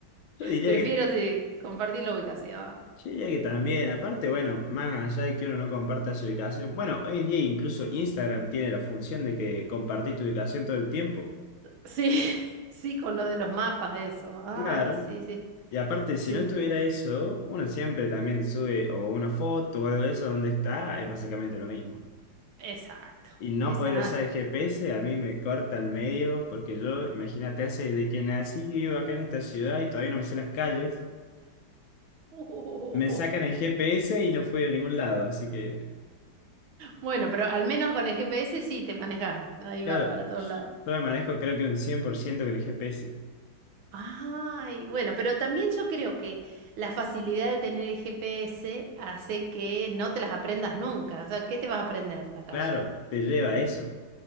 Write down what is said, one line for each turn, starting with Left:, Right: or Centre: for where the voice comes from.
Left: Yo diría
Right: Prefiero,
Left: que,
Right: sí, compartir la ubicación.
Left: yo diría que también. Aparte, bueno, más allá de que uno no comparta su ubicación. Bueno, hoy en día incluso Instagram tiene la función de que compartís tu ubicación todo el tiempo.
Right: Sí, <laughs> sí, con lo de los mapas, eso. Ay,
Left: Claro.
Right: sí, sí,
Left: Y aparte, si
Right: sí,
Left: no estuviera
Right: sí.
Left: eso, uno siempre también sube o una foto o algo de eso donde está, es básicamente lo mismo.
Right: Exacto,
Left: Y no
Right: exacto.
Left: poder usar el GPS a mí me corta al medio, porque yo, imagínate, hace desde que nací que vivo acá en esta ciudad y todavía no me sé las calles.
Right: <laughs>
Left: Me
Right: Uy.
Left: sacan el GPS y no puedo ir a ningún lado, así que,
Right: Bueno, pero al menos con el GPS sí te manejas, ahí
Left: claro,
Right: vas para todos lados.
Left: yo me manejo creo que un 100% con el GPS.
Right: Ay, bueno, pero también yo creo que la facilidad de tener el GPS hace que no te las aprendas nunca. O sea, ¿qué te vas a aprender la calle?
Left: Claro, te lleva a eso.